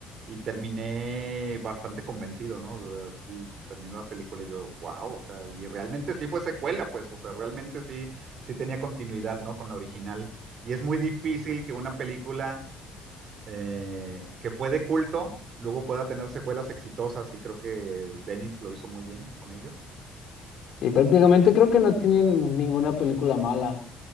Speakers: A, on the right; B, on the left.
A: y terminé bastante convencido, ¿no? O sea, sí, terminó la película y yo, wow, o sea, y realmente sí fue secuela, pues, o sea, realmente sí, sí tenía continuidad, ¿no? Con la original. Y es muy difícil que una película eh, que fue de culto luego pueda tener secuelas exitosas, y creo que Dennis lo hizo muy bien con ello.
B: Y prácticamente
A: Y,
B: creo que no tienen ninguna película mala.